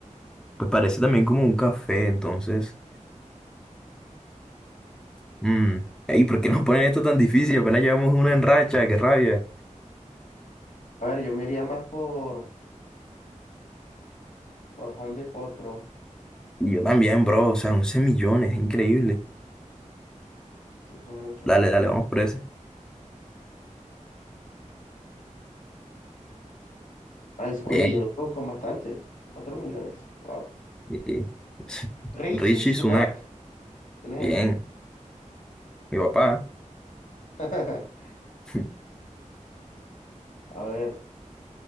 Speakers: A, in the centre; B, on the left.
A: Pues parece también como un café, entonces. mm, Ey, ¿por qué nos ponen esto tan difícil? Apenas llevamos una en racha, qué rabia.
B: A ver, yo me iría más por. Por Honda y Pod, bro.
A: Y yo también, bro, o sea, 11 millones, increíble.
B: Sí, son mucho.
A: Dale, dale, vamos por ese.
B: Ah, es- oye,
A: Bien.
B: yo lo busco bastante. 4 millones. Wow.
A: eh, <laughs>
B: Richie
A: Richie
B: Sunak.
A: Sunak,
B: ¿Quién es
A: bien.
B: ese?
A: Mi papá.
B: <laughs>
A: <laughs>
B: A ver.